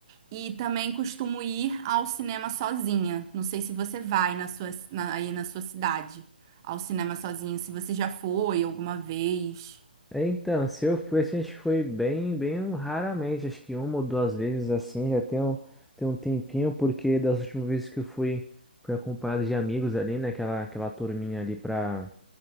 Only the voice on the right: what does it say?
E também costumo ir ao cinema sozinha. Não sei se você vai na sua, na- aí na sua cidade ao cinema sozinha, se você já foi alguma vez.